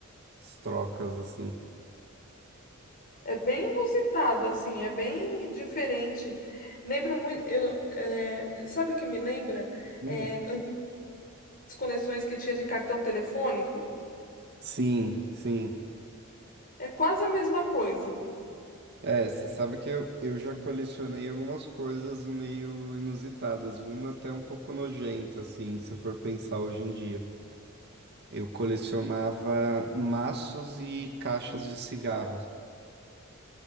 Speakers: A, on the right; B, on the left.
A: as trocas assim.
B: É bem inusitado, assim, é bem diferente. Lembro muito, eu, é, sabe o que me lembra?
A: Hum.
B: É, conexões que tinha de cartão telefônico.
A: Sim, sim.
B: É quase a mesma coisa.
A: É, você sabe que eu, eu já colecionei algumas coisas meio inusitadas, uma até um pouco nojenta, assim, se for pensar hoje em dia. Eu colecionava maços e caixas de cigarros.